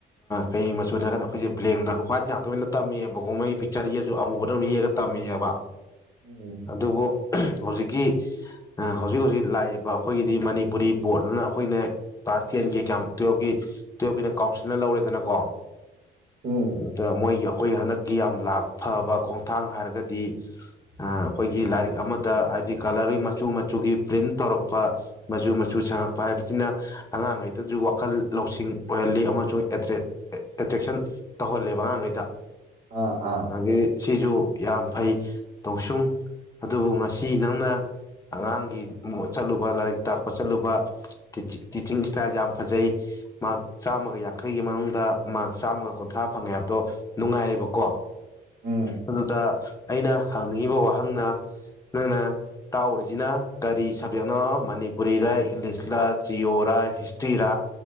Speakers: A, on the left (about 15°); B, on the right (about 55°).
A: ꯀꯩ ꯃꯆꯨꯅ ꯍꯥꯏꯀꯥꯟꯗ ꯑꯩꯈꯣꯏꯁꯦ ꯕ꯭ꯂꯦꯡꯗ ꯍ꯭ꯋꯥꯏꯠ ꯉꯥꯛꯇ ꯑꯣꯏꯅ ꯇꯝꯃꯦꯕꯀꯣ ꯃꯣꯏꯒꯤ ꯄꯤꯛꯆꯔ ꯌꯦꯛꯑꯁꯨ ꯑꯃꯨꯕꯗ ꯌꯦꯛꯑꯒ ꯇꯝꯃꯦꯕ
B: ꯎꯝ
A: ꯑꯗꯨꯕꯨ ꯍꯧꯖꯤꯛꯀꯤ ꯑ ꯍꯧꯖꯤꯛ ꯍꯧꯖꯤꯛ ꯂꯥꯛꯏꯕ ꯑꯩꯈꯣꯏꯒꯤꯗꯤ ꯃꯅꯤꯄꯨꯔꯤ ꯕꯣꯠꯅ ꯑꯩꯈꯣꯏꯅ ꯀ꯭ꯂꯥꯁ ꯇꯦꯟꯒꯤ ꯑꯦꯛꯖꯥꯝ ꯇꯨꯋꯜꯀꯤ ꯇꯨꯋꯜꯐꯀꯤꯅ ꯀꯥꯎꯟꯁꯤꯜꯅ ꯂꯧꯔꯦꯗꯅꯀꯣ
B: ꯎꯝ
A: ꯑꯗꯨꯗ ꯃꯣꯏꯒꯤ ꯑꯩꯈꯣꯏ ꯍꯟꯗꯛꯀꯤ ꯌꯥꯝ ꯂꯥꯛ ꯐꯕ ꯈꯣꯡꯊꯥꯡ ꯍꯥꯏꯔꯒꯗꯤ ꯑꯩꯈꯣꯏꯒꯤ ꯂꯥꯏꯔꯤꯛ ꯑꯃꯗ ꯍꯥꯏꯗꯤ ꯀꯂꯔ ꯃꯆꯨ ꯃꯆꯨꯒꯤ ꯄ꯭ꯔꯤꯟꯇ ꯇꯧꯔꯛꯄ ꯃꯆꯨ ꯃꯆꯨ ꯁꯪꯉꯛꯄ ꯍꯥꯏꯕꯁꯤꯅ ꯑꯉꯥꯡꯉꯩꯗꯁꯨ ꯋꯥꯈꯜ ꯂꯧꯁꯤꯡ ꯑꯣꯏꯍꯜꯂꯤ ꯑꯃꯁꯨꯡ ꯑꯦꯇ꯭ꯔꯦꯛꯁꯟ ꯇꯧꯍꯜꯂꯦꯕ ꯑꯉꯥꯡꯈꯩꯗ
B: ꯑ ꯑꯥ
A: ꯑꯗꯒꯤ ꯁꯤꯁꯨ ꯌꯥꯝ ꯐꯩ ꯇꯧꯁꯨꯡ ꯑꯗꯨꯕꯨ ꯉꯁꯤ ꯅꯪꯅ ꯑꯉꯥꯡꯒꯤ ꯆꯠꯂꯨꯕ ꯂꯥꯏꯔꯤꯛ ꯇꯥꯛꯄ ꯆꯠꯂꯨꯕ ꯇꯤꯆꯤ ꯇꯤꯆꯤꯡ ꯏꯁꯇꯥꯏꯜ ꯌꯥꯝ ꯐꯖꯩ ꯃꯥꯔꯛ ꯆꯥꯝꯃꯒ ꯌꯥꯡꯈꯩꯒꯤ ꯃꯅꯨꯡꯗ ꯃꯥꯛ ꯆꯥꯝꯃꯒ ꯀꯨꯟꯊ꯭ꯔꯥ ꯐꯪꯉꯦ ꯍꯥꯏꯕꯗꯣ ꯅꯨꯡꯉꯥꯏꯌꯦꯕꯀꯣ
B: ꯎꯝ
A: ꯑꯗꯨꯗ ꯑꯩꯅ ꯍꯪꯅꯤꯡꯉꯤꯕ ꯋꯥꯍꯪꯅ ꯅꯪꯅ ꯇꯥꯛꯎꯔꯤꯁꯤꯅ ꯀꯔꯤ ꯁꯕꯖꯦꯛꯅꯣ ꯃꯅꯤꯄꯨꯔꯤꯔ ꯏꯪꯂꯤꯁꯔ ꯆꯤꯌꯣꯔꯥ ꯍꯤꯁꯇ꯭ꯔꯤꯔꯥ